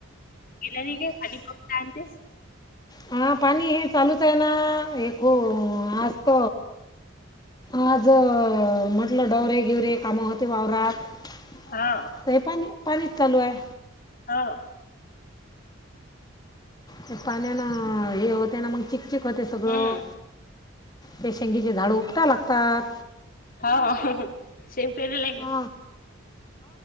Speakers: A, on the left (about 40°); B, on the left (about 20°).
A: <inaudible> आणि परत काय म्हणते
B: हा पाणी हे चालूच आहे ना हे कोण आज त आज म्हटलं डवरे बीवरे कामं होते वावरात
A: हा
B: हे पाणी पाणीच चालू आहे
A: हो
B: ते पाण्यान हे होते ना मग चिकचिक होते सगळं
A: हम्म
B: ते शेंगदेचे झाड उपटावे लागतात
A: हा. हा शेंग पेरून राहिले
B: हा